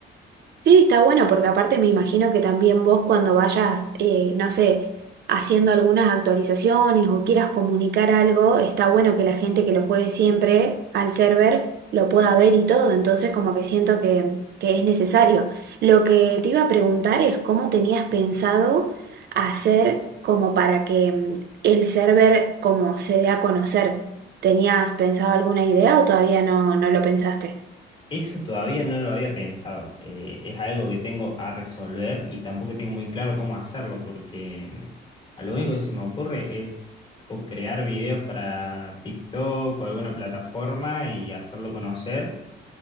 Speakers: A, on the right (about 55°); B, on the left (about 25°).
A: Sí, está bueno porque aparte me imagino que también vos cuando vayas, eh, no sé, haciendo algunas actualizaciones o quieras comunicar algo, está bueno que la gente que lo juegue siempre al server lo pueda ver y todo, entonces como que siento que, que es necesario. Lo que te iba a preguntar es cómo tenías pensado hacer como para que mm, el server como se dé a conocer. ¿Tenías pensado alguna idea o todavía no, no lo pensaste?
B: Eso todavía no lo había pensado. Eh, es algo que tengo a resolver y tampoco tengo muy claro cómo hacerlo porque mm, a lo único que se me ocurre es o crear videos para TikTok o alguna plataforma y hacerlo conocer